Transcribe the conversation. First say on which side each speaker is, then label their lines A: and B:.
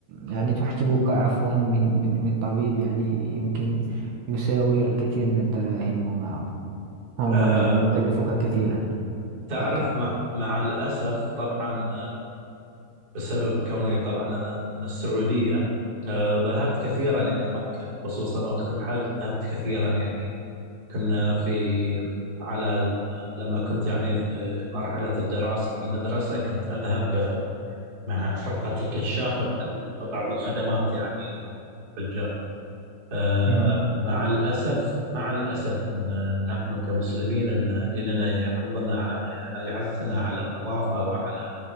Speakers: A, on the right; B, on the right.
A: يعني تحجبك عفوا من من من طبيب يعني يمكن يساوي الكثير من الدراهم وما وما
B: أه
A: غير يعني يكلفك كثيرا
B: تعرف
A: بعدها
B: مع, مع الأسف طبعا بسبب كوني طبعا أنا من السعودية آه، ذهبت كثيرا إلى مكة خصوصا وقت الحج ذهبت كثيرا يعني كنا في على آه، لما كنت يعني في مرحلة الدراسة في المدرسة كنت أذهب مع فرقة الكشاف نقدم بعض الخدمات يعني للحجاج آه،
A: مهم.
B: مع الأسف مع الأسف أن نحن كمسلمين أن ديننا يحضنا يحثنا على النظافة وعلى